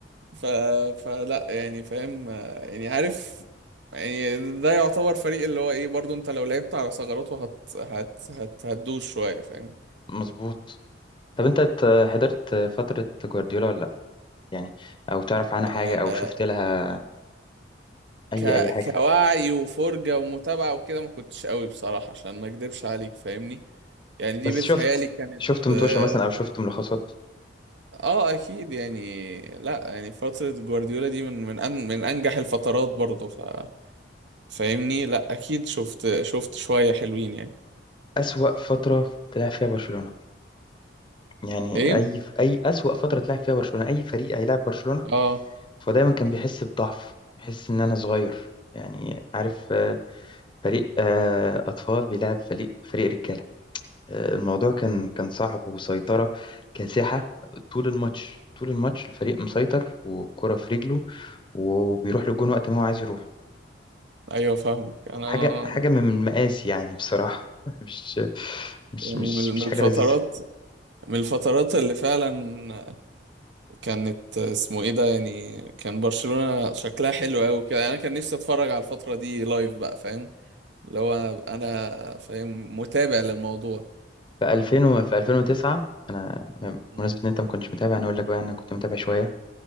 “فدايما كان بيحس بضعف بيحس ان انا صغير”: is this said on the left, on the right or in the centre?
Left